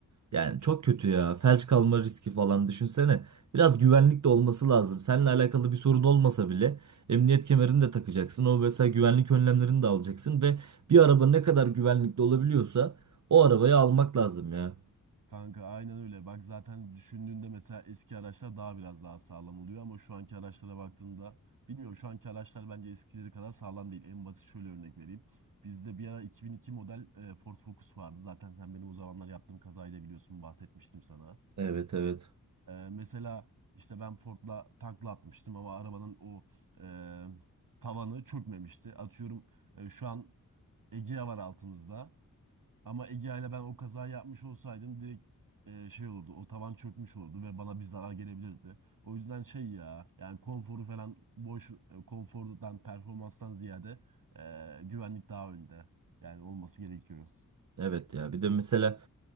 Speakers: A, on the right; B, on the right.
A: Yani
B: çok
A: çok
B: kötü.
A: kötü ya. Felç kalma riski falan düşünsene. Biraz güvenlik de olması lazım. Seninle alakalı bir sorun olmasa bile emniyet kemerini de takacaksın. O mesela güvenlik önlemlerini de alacaksın ve bir araba ne kadar güvenlikli olabiliyorsa o arabayı almak lazım ya.
B: Kanka aynen öyle. Bak zaten düşündüğünde mesela eski araçlar daha biraz daha sağlam oluyor ama şu anki araçlara baktığında bilmiyorum şu anki araçlar bence eskileri kadar sağlam değil. En basit şöyle örnek vereyim. Bizde bir ara 2002 model e, Ford Focus vardı. Zaten sen benim o zamanlar yaptığım kazayı da biliyorsun bahsetmiştim sana.
A: Evet evet.
B: E, mesela işte ben Ford'la takla atmıştım ama arabanın o e, tavanı çökmemişti. Atıyorum e, şu an Egea var altımızda. Ama Egea ile ben o kazayı yapmış olsaydım direkt e, şey olurdu. O tavan çökmüş olurdu ve bana bir zarar gelebilirdi. O yüzden şey ya yani konforu falan boş e, konfordan performanstan ziyade e, güvenlik daha önde. Yani olması gerekiyor.
A: Evet ya. Bir de mesela